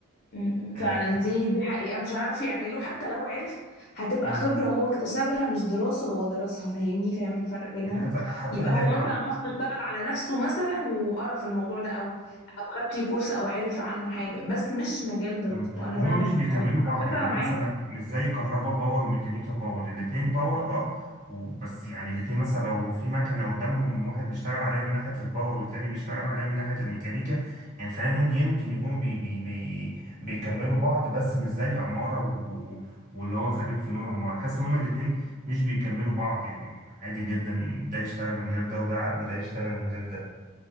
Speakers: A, on the left (about 50°); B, on the right (about 35°).
A: أمم، فعلا
B: آه ف...
A: دي دي حقيقة مش هيعرف يعمله حتى لو عرف هتبقى
B: مم.
A: خبرة هو اكتسبها مش دراسة هو درسها فاهمني فاهم الفرق بينهم
B: دي حتى حتى
A: يبقى
B: هي
A: هو
B: العلاقه
A: مثلا شخص اشتغل على نفسه مثلا وقرا في الموضوع ده او او خد فيه كورس او عرف عنه حاجة بس مش مجال دراسته
B: مم.
A: انا
B: وهما
A: فاهمك
B: مش بيكملوا
A: فاهمك وعلى
B: بعض
A: فكرة
B: يعني
A: انا معاك
B: مثلا مش زي كهربا باور وميكانيكا باور الاتنين باور اه و- بس يعني الاتنين مثلا لو في مكنة قدامهم واحد بيشتغل عليها من ناحية الباور والتاني بيشتغل عليها من ناحية الميكانيكا يعني خلينا نقول يمكن يكونوا بي بي بي بيكملوا بعض بس مش زي عمارة و... واللي هو خريج فنون عمارة حاسس ان هما الاتنين مش بيكملوا بعض يعني عادي جدا ده يشتغل من غير ده وده وده يشتغل من غير ده